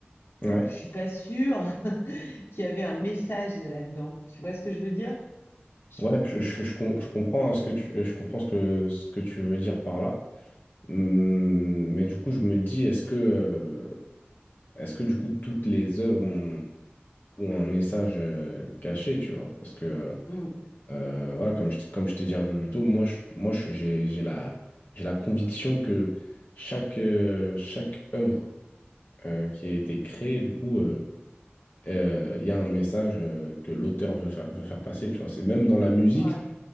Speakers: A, on the left; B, on the left.
A: Ouais,
B: je suis pas sûre <laughs> qu'il y avait un message là-dedans. Tu vois ce que je veux dire? Je-
A: ouais, je, je- je com- je comprends hein, ce que tu, je comprends ce que, ce que tu veux dire par là. Hum, Mais du coup, je me dis, est-ce que, euh, est-ce que du coup, toutes les œuvres ont, ont un message euh, caché, tu vois? Parce que, euh,
B: Mm.
A: euh, voilà, comme je, t- comme je t'ai dit un peu plus tôt, moi, je, moi, je- j'ai, j'ai la, j'ai la conviction que chaque, euh, chaque œuvre euh, qui a été créée, du coup, euh, euh, il y a un message euh, que l'auteur veut faire, veut faire passer, tu vois? C'est même dans la musique.
B: Ouais,